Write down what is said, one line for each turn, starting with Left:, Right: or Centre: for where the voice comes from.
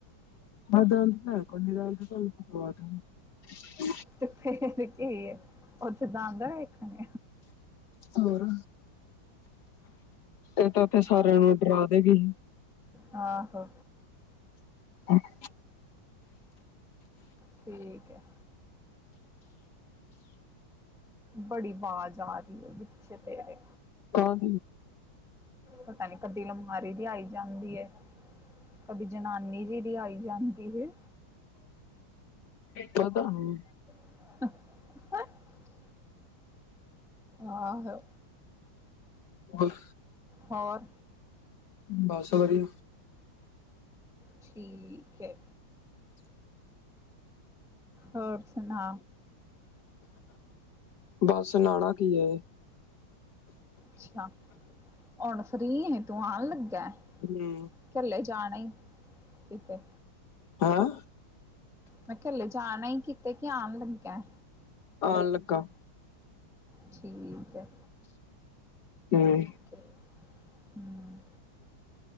Left: ਕੋਈ ਨਹੀਂ ਰਹਿਣ ਦਿਓ ਤੁਹਾਨੂੰ ਮੰਗਵਾ ਦਾਂਗਾ।
Centre: ਤੇ ਫੇਰ ਕੀ ਏ ਉੱਥੇ ਜਾਂਦਾ ਵੇਖਣ
Left: ਹੋਰ ਇਹ ਤਾਂ ਉਥੇ
Centre: ਆ
Left: ਸਾਰਿਆਂ ਨੂੰ ਡਰਾ ਦੇਗੀ।
Centre: ਆਹੋ,
Left: <inaudible>
Centre: ਠੀਕ ਹੈ। ਬੜੀ ਵਾਜ਼ ਆ ਰਹੀ ਏ ਪਿੱਛੇ ਤੇਰੇ।
Left: ਕੋਣ?
Centre: ਪਤਾ ਨਹੀਂ ਕਦੀ ਲਮ ਹਾਰੀ ਦੀ ਆਈ ਜਾਂਦੀ ਏ, ਕਦੀ ਜਨਾਨੀ ਜੀ ਦੀ ਆਈ ਜਾਂਦੀ ਏ।
Left: ਪਤਾ ਨਹੀ,
Centre: <unintelligible> ਆਹੋ,
Left: ਹੋਰ
Centre: ਹੋਰ
Left: ਬਸ ਵਧੀ
Centre: ਠੀਕ ਐ, ਹੋਰ ਸੁਣਾ?
Left: ਬਸ ਨਾਨਾ ਕੀ ਏ।
Centre: ਅੱਛਾ ਹੁਣ ਫਰੀ ਐ ਤੂੰ ਆਣ ਲੱਗਾ।
Left: ਹੂੰ,
Centre: ਚਲੇ ਜਾਣਾ ਕਿਤੇ
Left: ਹੈਂ
Centre: ਮੈਂ ਘੱਲੇ ਜਾਣਾ ਹੀ ਕੀਤੇ ਕਿ ਆਉਣ ਲੱਗਿਆ
Left: ਆਉਣ ਲੱਗਾ।
Centre: ਠੀਕ ਹੈ।
Left: ਹਮ
Centre: ਹੂੰ,